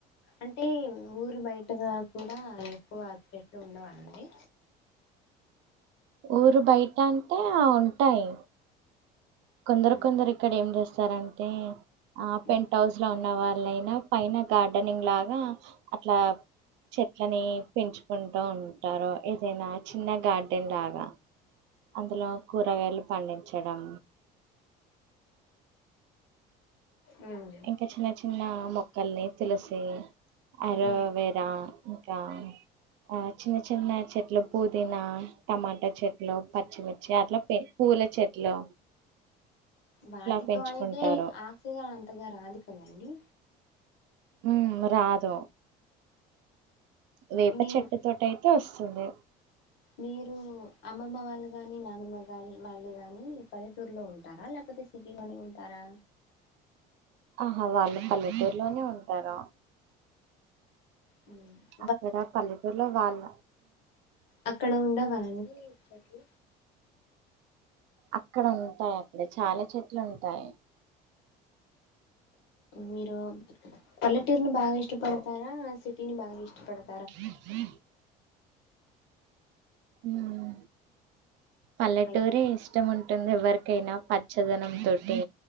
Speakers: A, on the left; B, on the right.
A: అంటే ఊరు బయట కూడా ఎక్కువ ఆపెట్లు ఉండవండి.
B: ఊరు బయట అంటే ఆ ఉంటాయ్. కొందరు
A: ఉమ్,
B: కొందరు ఇక్కడ ఏం జేస్తారంటే ఆ పెంట్
A: ఉమ్,
B: హౌస్. ఇంట్లా ఉన్న వాళ్ళైనా పైన గార్డెనింగ్ లాగా అట్లా చెట్లని పెంచుకుంటూ ఉంటారు ఏదైనా చిన్న గార్డెన్ లాగా అందులో కూరగాయలు పండించడం.
A: ఉహ్
B: ఇంకా చిన్న చిన్న మొక్కల్ని తులసి అర
A: ఉమ్.
B: వేర్ ద ఇంకా ఆ చిన్న చిన్న చెట్ల పుదీనా టమాటా చెట్లు పచ్చిమిర్చి అట్లా పె పూల చెట్లో
A: వాటితో
B: పెంచుకుంటారు
A: అయితే ఆక్సిజన్ అంతగా రాదు కదండి.
B: ఉహ్మ్ రాదో వేప
A: మీరు
B: చెట్టు తోటైతే వసుంది.
A: మీరు అమ్మమ్మ వాళ్ళు గాని నానమ్మ వాళ్ళు గాని పల్లెటూరులో ఉంటారా లేపోతే సిటీలోనే ఉంటారా.
B: ఆహా వాళ్ళు పల్లెటూరులోనే ఉంటారో
A: హుహ్
B: అక్కడ పల్లెటూరులో వాళ్ళా
A: అక్కడ ఉండవా అండి ఇచ్చేటి
B: అక్కడ ఉంటాయండి చాలా చెట్లు ఉంటాయి.
A: మీరు పల్లెటూరుని బాగా ఇష్టపడతారా సిటీని బాగా ఇష్టపడత్
B: ఉ ఉహ్ పల్లటూరి
A: హలో
B: ఇష్ ఇష్టం ఉంటుంది ఎవరికైనా పచ్చదనం తోటి